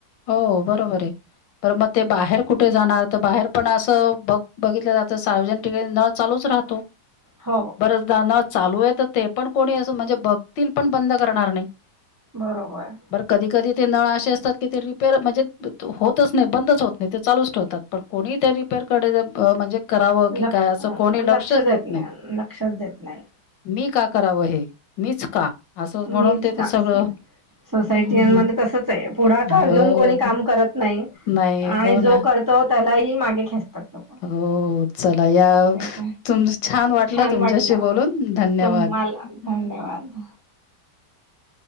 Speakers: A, on the left (about 85°); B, on the right (about 20°).
A: हो बरोबर आहे बर, मग ते बाहेर कुठे जाणार? त बाहेर पण असं बघ बघितलं जातं सार्वजनिक ठिकाणी नळ चालूच राहतो.
B: हो
A: बरेचदा ना चालू आहे तर ते पण कोणी अस म्हणजे बघतील, पण बंद करणार नाही.
B: बरोबर.
A: बरं कधी कधी ते नळा अशे असतात. की ते रिपेयर म्हणजे होतच नाही बंदच होत नाही ते चालूच ठेवतात. पण कोणीही ते रिपेयर कडे म्हणजे करावं की
B: लक्ष
A: काय असं कोणी
B: लक्ष
A: लक्षच देत नाही.
B: लक्षच देत नाही
A: मी का करावं हे? मीच का असं? म्हणून
B: मीच
A: तेथ
B: का
A: सगळं हम्म
B: सोसायटीमध्ये तसच आहे. पुढाकार
A: हो
B: घेऊन कोणी काम करत नाही
A: नाही
B: - आणि
A: हो
B: जो
A: ना
B: करतो. त्यालाही मागे खेचतात लोक,
A: हो चला या
B: तेच
A: तुम वाटलं
B: छान
A: तुमच्याशी
B: वाटलं
A: बोलून धन्यवाद.
B: तुम्हाला धन्यवाद. <inaudible>
A: <inaudible>